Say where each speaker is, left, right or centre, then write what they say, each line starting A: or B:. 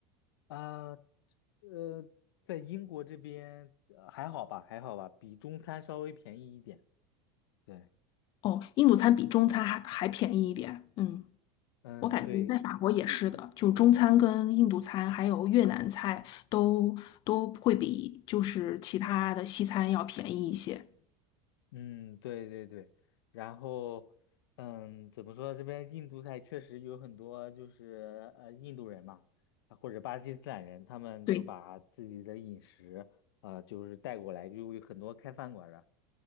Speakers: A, on the left (about 90°); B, on the left (about 40°).
A: 啊呃，在英国这边呃还好吧，还好吧，比中餐稍微便宜一点。对，
B: 哦，印度餐比中餐还还便宜一点，嗯。
A: 嗯，
B: 我感觉在法国也是的，
A: 对，
B: 就中餐跟印度餐还有越南菜都都会比就是其他的西餐要便宜一些。
A: 嗯，对对对，然后，嗯，怎么说？这边印度菜确实有很多，就是呃，印度人嘛，啊或者巴基斯坦人，他们就把自己的饮食，
B: 对，
A: 呃，就是带过来，就有很多开饭馆儿的。